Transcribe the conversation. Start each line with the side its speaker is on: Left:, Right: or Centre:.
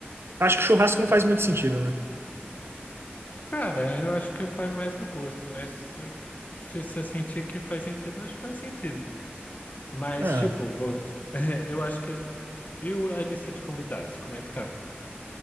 Right: Acho que churrasco não faz muito sentido, né?
Left: Cara, é, eu acho que vai mais do gosto, né? Se se você sentir que faz sentido, acho que faz sentido. Mas,
Right: Ah,
Left: tipo, vou... <laughs> é, eu acho que. E o- a lista de convidados, como é que tá?